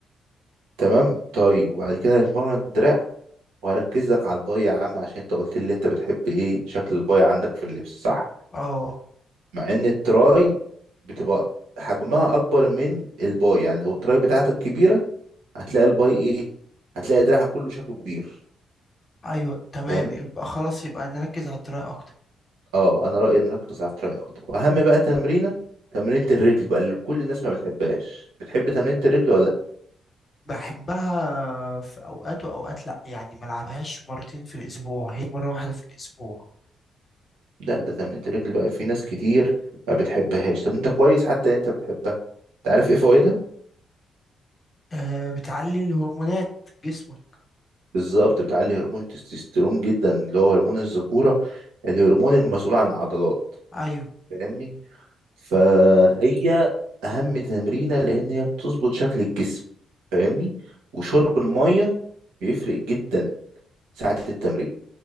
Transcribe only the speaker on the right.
تمام طيب وبعد كده هنتمرن دراع وهركز لك على الباي يا عم عشان انت قلت لي انت بتحب ايه شكل الباي عندك في اللبس صح
مع ان التراي بتبقى حجمها اكبر من الباي يعني لو التراي بتاعتك كبيره هتلاقي الباي ايه هتلاقي دراعك كله شكله كبير
فاهمني
اه انا رأيي نركز على التراي اكتر واهم بقى تمرينة تمرينة الرجل بقى اللي كل الناس ما بتحبهاش بتحب تمرينة الرجل ولا
لا ده ده تمرينة الرجل بقى في ناس كتير ما بتحبهاش طب انت كويس حتى انت بتحبها انت عارف ايه فوائدها
بالظبط بتعلي هرمون التستوستيرون جدا اللي هو هرمون الذكورة الهرمون المسؤول عن العضلات
فاهمني فهي اهم تمرينة لان هي بتظبط شكل الجسم فاهمني وشرب المية بيفرق جدا ساعة التمرين